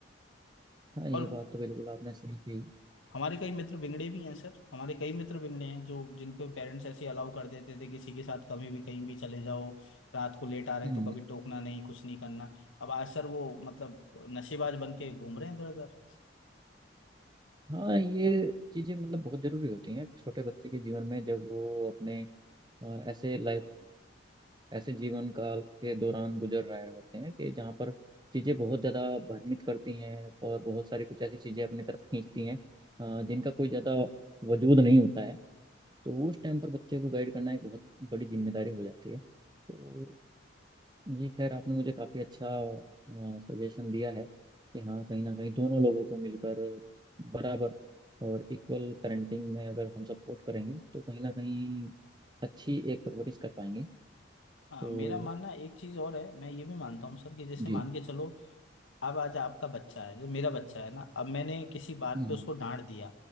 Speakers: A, on the right (about 20°); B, on the left (about 85°).
A: हाँ ये
B: और
A: बात तो बिल्कुल आपने सही कही
B: हमारे कई मित्र बिगड़े भी हैं सर हमारे कई मित्र बिगड़े हैं जो जिनके पेरेंट्स ऐसे अलाउ कर देते थे किसी के साथ कभी भी कहीं भी चले जाओ रात को लेट आ रहे
A: हम्म
B: हैं तो कभी टोकना नहीं कुछ नहीं करना अब आज सर वो मतलब नशेबाज बन के घूम रहे हैं इधर उधर
A: हाँ ये चीज़ें मतलब बहुत ज़रूरी होती हैं छोटे बच्चे के जीवन में जब वो अपने अ, ऐसे लाइफ ऐसे जीवन काल के दौरान गुजर रहे होते हैं कि जहाँ पर चीज़ें बहुत ज़्यादा भ्रमित करती हैं और बहुत सारी कुछ ऐसी चीज़ें अपनी तरफ खींचती हैं अ, जिनका कोई ज़्यादा वजूद नहीं होता है तो उस टाइम पर बच्चे को गाइड करना एक बहुत बड़ी जिम्मेदारी हो जाती है तो ये खैर आपने मुझे काफ़ी अच्छा सजेशन दिया है कि हाँ कहीं ना कहीं दोनों लोगों को मिलकर बराबर और इक्वल पेरेंटिंग में अगर हम सपोर्ट करेंगे तो कहीं ना कहीं अच्छी एक परवरिश कर पाएंगे
B: <laughs>
A: तो
B: हाँ मेरा मानना एक चीज और है मैं ये भी मानता हूँ सर कि जैसे
A: जी
B: मान के चलो अब आज आपका बच्चा है जो मेरा बच्चा है ना अब मैंने किसी बात
A: हम्म,
B: पे उसको डांट दिया